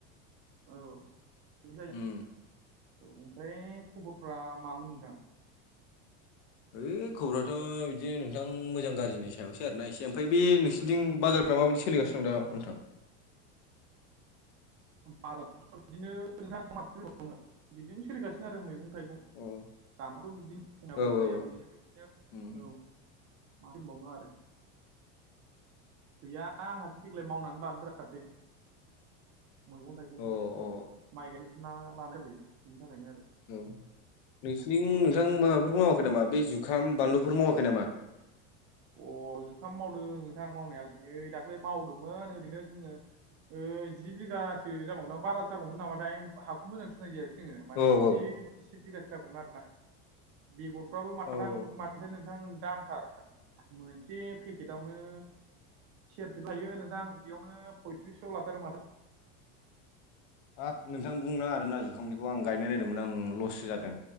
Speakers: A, on the right; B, on the left.
A: औ औ
B: उम
A: ओमफ्राय खबरफ्रा मामोन नोंथां
B: ओइ खबरथ बिदिनो नोंथां मोजां गाज्रिनि सायावसै आर ना एसे ओमफ्राय बे नोंसिनिथिं बाजारफ्रा माबायदि सोलिगासिनो सोंद नोंथां
A: बाजार बिदिनो नोंथां माथो होनबावनो बिदिनो सोलिगासिनो आरो मैगं थाइगं
B: अ
A: दामफ्राथ बिदिनो खमाबो
B: औ
A: बायाबो
B: औ
A: बि बिदिनो औ
B: उम उम
A: मा होनबावनो आरो गैया आंहासो देग्लाय मावनानै <unintelligible> सासे मैगं थाइगंखौनो
B: अ अ
A: माइ गायनो ना लानाय बैयो बिनि थाखायनो आरो
B: औ नोंसिनि
A: औ
B: नोंथां माबाफोर मावाखै नामा बे जुखाम बानलुफोर मावाखै नामा
A: अ जुखाम मावदों नोंथां मावनायालाय नै दाख्लै मावदोंमोन ओरैनो जोङो ओ जि बिगासो जागौमोन आं बारा जागौमोन नामाथाय हाखौ मोजां सुनाय जायासै जोङो माने
B: औ औ
A: जि बिगा जागौमोन आरोना बेगरफ्राबो मादां
B: औ औ
A: माथ नोंथां दामथार मोनसे पेकेटआवनो सेरसेबो लायो नोंथां बेयावनो पयथ्रिस स' लाथारो माथो
B: हाब नोंथां बुंनो आरो ना जुखामनिखौ आं गायनाय नायदोंमोन आं लससो जादों